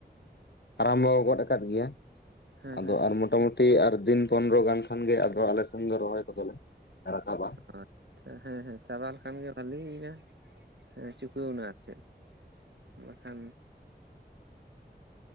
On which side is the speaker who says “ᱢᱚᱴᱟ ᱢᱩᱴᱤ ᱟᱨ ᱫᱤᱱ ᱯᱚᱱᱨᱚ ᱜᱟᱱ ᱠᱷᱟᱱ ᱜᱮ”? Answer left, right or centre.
Left